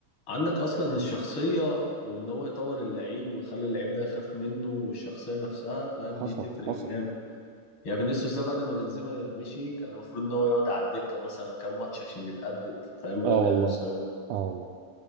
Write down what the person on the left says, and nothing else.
عندك اصلا الشخصية وان هو يطور اللعيب ويخلي اللعيب ده يخاف منه والشخصية نفسها فاهم
دي تفرق
جامد يعني فينيسيوس ده بعد ما بنزيما مشي كان المفروض ان هو يقعد على الدكة مثلا كام ماتش عشان يتأدب فاهم ويرجع
لمستواه